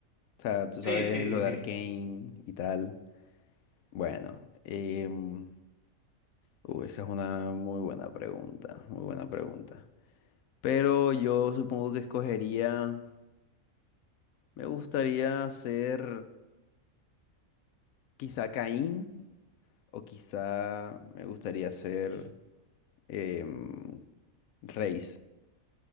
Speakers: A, on the left (about 85°); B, on the right (about 50°).
A: O sea, tú
B: Sí,
A: sabes
B: sí, sí,
A: lo
B: sí,
A: de Arcane y tal. Bueno, em, uh, esa es una muy buena pregunta, muy buena pregunta. Pero yo supongo que escogería, me gustaría ser quizá Caín o quizá me gustaría ser em, Reis,